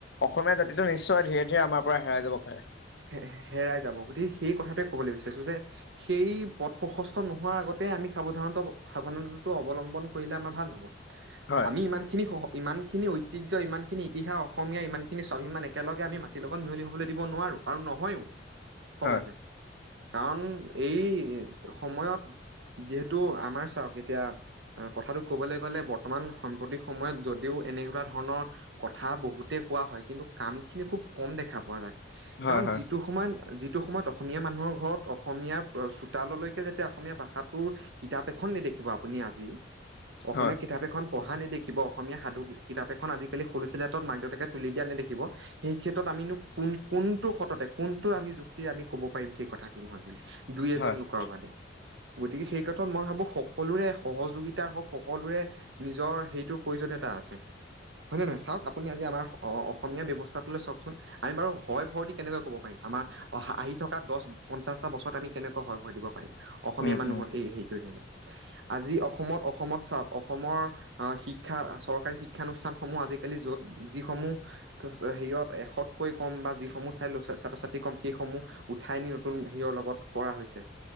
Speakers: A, on the left; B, on the right.
A: অসমীয়া জাতিটো নিশ্চয় ধীৰে ধীৰে আমাৰ পৰা হেৰাই যাব পাৰে।
B: হে হে হেৰাই যাব গতিকে সেই কথাটোৱে কবলৈ বিচাৰিছো যে, সেই পথ প্ৰশস্ত নোহোৱাৰ আগতে আমি সাৱধানতা সাৱধানতাটো অৱলম্বন কৰিলে আমাৰ ভাল হব।
A: হয়
B: আমি ইমান খিনি সহ ইমান। এইখিনি ঐতিহ্য ইমানখিনি ইতিহাস অসমীয়া ইমানখিনি স্বাভিমান একেলগে আমি মাটিৰ লগত মিহলি হ'বলৈ দিব নোৱাৰোঁ। আৰু নহয়ো। সহজে
A: হয়
B: কাৰণ এই সময়ত যিহেতু আমাৰ চাওক এতিয়া কথাটো ক'বলৈ গ'লে বৰ্তমান সাম্প্ৰতিক সময়ত যদিও এনেকুৱা ধৰণৰ কথা বহুতে কোৱা হয়, কিন্তু কামখিনি খুব কম দেখা পোৱা যায়।
A: হয়
B: কাৰণ
A: হয়
B: যিটো সন্মানীয়। যিটো সময়ত অসমীয়া মানুহৰ ঘৰত অসমীয়াৰ প চোতাললৈকে যেতিয়া অসমীয়া ভাষাটোৰ কিতাপ এখন নেদেখিব আপুনি আজি অসমীয়া
A: হয়
B: কিতাপ এখন পঢ়া অহা নেদেখিব অসমীয়া সাধু কিতাপ এখন আজিকালি হুলিচেল ৰেটত মাক দেউতাকে তুলি দিয়া নেদখিব। সেই ক্ষেত্ৰত আমিনো কোন কোন? তোৰহঁততে কোন? এইটো আমি যুক্তিৰে আমি ক'ব পাৰিম সেই কথাখিনি হয় বুলি। দুই এজন
A: হয়
B: লোকৰ বাদে গতিকে সেই কথাত মই ভাবো সকলোৰে সহযোগিতাৰ হওঁক সকলোৰে নিজৰ সেইটোৰ প্ৰয়োজনীয়তা আছে হয় নে নহয় চাওক আপুনি আজি আমাৰ অ অ অসমীয়া ব্যৱস্থাটো লৈ চাওকচোন আমি বাৰু হয় ভৰ দি কেনেকৈ ক'ব পাৰিম আমাৰ অহা আহি থকা দশ পঞ্চাশটা বছৰত আমি কেনেকৈ হয় ভয় দিব পাৰিম। অসমীয়া
A: উম
B: মানুহৰ
A: উম
B: এই হেৰিটোৱে ধৰিলে। আজি অসমত অসমত চাওক অসমৰ আ শিক্ষা চৰকাৰী শিক্ষানুষ্ঠানসমূহ আজিকালি য'ত যিসমূহ থস্ হেৰিয়ত এশতকৈ কম বা যিসমূহত ঠাইলৈ চাই ছাত্ৰ-ছাত্ৰী কম সেইসমূহ উঠাই নি নতুন হেৰিয়ৰ লগত কৰা হৈছে।